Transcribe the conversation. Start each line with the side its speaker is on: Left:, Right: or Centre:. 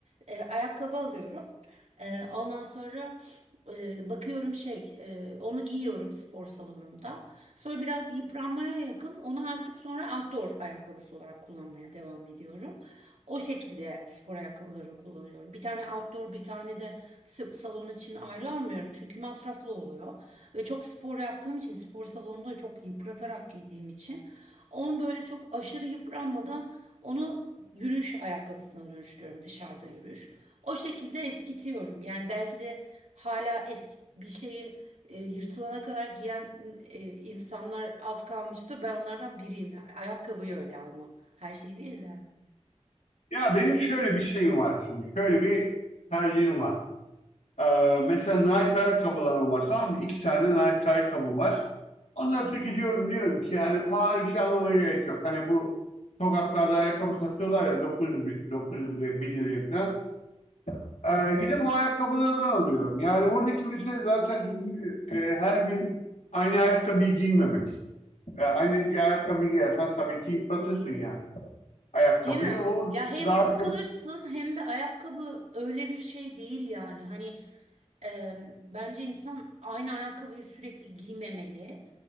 Right: e, ayakkabı alıyorum. E, ondan sonra e, bakıyorum şey e, onu giyiyorum spor salonunda. Sonra biraz yıpranmaya yakın onu artık sonra outdoor ayakkabısı olarak kullanmaya devam ediyorum. O şekilde spor ayakkabılarını kullanıyorum. Bir tane outdoor, bir tane de s- salon için ayrı almıyorum. Çünkü masraflı oluyor. Ve çok spor yaptığım için, spor salonunda çok yıpratarak giydiğim için onu böyle çok aşırı yıpranmadan onu yürüyüş ayakkabısına dönüştürüyorum dışarıda yürüyüş. O şekilde eskitiyorum. Yani belki de hala eski bir şeyi e, yırtılana kadar giyen e, insanlar az kalmıştır. Ben onlardan biriyim. Ayakkabıyı öyle ama her şey değil de.
Left: Ya benim şöyle bir şeyim var şimdi. Şöyle bir tercihim var. Ee, mesela Nike ayakkabılarım var tamam mı? İki tane Nike ayakkabım var. Ondan sonra gidiyorum diyorum ki yani pahalı bir şey almama gerek yok. Hani bu sokaklarda ayakkabı satıyorlar ya 900 bin, 900 liraya, 1000 liraya falan. Ee, gidip o ayakkabılardan alıyorum. Yani buradaki mesele zaten çünkü e, her gün aynı ayakkabıyı giymemek. Yani aynı bir ayakkabı giyersen tabii ki yıpratırsın yani ayakkabıyı.
Right: Değil mi?
Left: O
Right: Ya hem
Left: daha
Right: sıkılırsın
Left: çok
Right: hem de ayakkabı öyle bir şey değil yani. Hani e, bence insan aynı ayakkabıyı sürekli giymemeli.